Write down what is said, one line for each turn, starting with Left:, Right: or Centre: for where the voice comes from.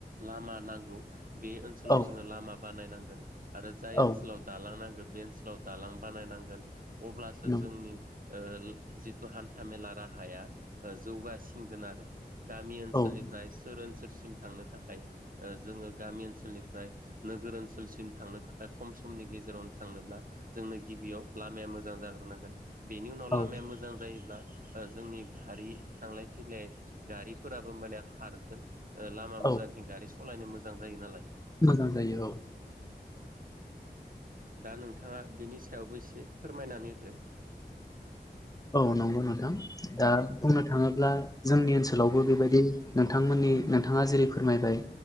Right: लामा नांगौ। बे ओनसोलाव
Left: औ
Right: जोङो लामा बानायनांगोन आरो जाय
Left: औ
Right: ओनसोलाव दालां नांगोन बे ओनसोलाव दालां बानायनांगोन अब्लासो
Left: नंगौ
Right: जोंनि ओ जिथु हान्थामेला राहाया ओ जौगासिनगोन आरो। गामि ओनसोलनिफ्राय
Left: औ
Right: सोर ओन सोलसिम थांनो थाखाय ओ जोङो गामि ओनसोलनिफ्राय नोगोर ओनसोलसिम थांनो थाखाय खम समनि गेजेराव थांनोब्ला जोंनो गिबियाव लामाया मोजां जाग्रोनांगोन बेनि उनाव
Left: औ
Right: लामाया मो जायोब्ला ओ जोंनि गारि थांलाय फैलाय गारिफोराबो माने खारगोन। ओ लामा
Left: औ
Right: मोजांथिं गारि सालायनो मोजां जायो नालाय।
Left: मोजां जायो औ।
Right: दा नोंथाङा बिनि सायावबो एसे फोरमायनानै होदो।
Left: <inaudible> औ नंगौ नोंथां दा बुंनो थाङोब्ला जोंनि ओनसोलावबो बेबायदि नोंथांमोननि दि नोंथाङा जेरै फोरमायबाय